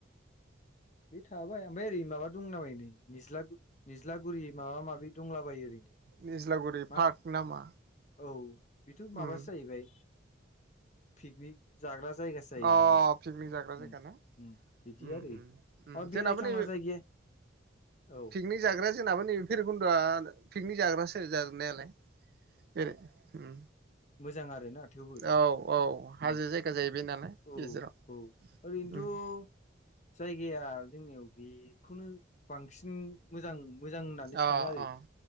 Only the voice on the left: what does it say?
बि थाबाय ओमफाय ओरै माबा दंनामायो नै निज्ला निज्लागुरि माबा माबि, दंलाबायो ओरैनो
मा?
औ बेथ' माबासो
जाहैबाय पिकनिक जाग्रा जायगासो। जायो
बे बे
उम
उम बिदि
आरो
अ बेरायथावना
जायगाया औ
मोजां आरो ना थेवबो
उम
औ
औ ओरैनोथ'
अ जायगाया जोंनियाव बेखौनो बांसिन मोजां, मोजां होननानै सानो
आरो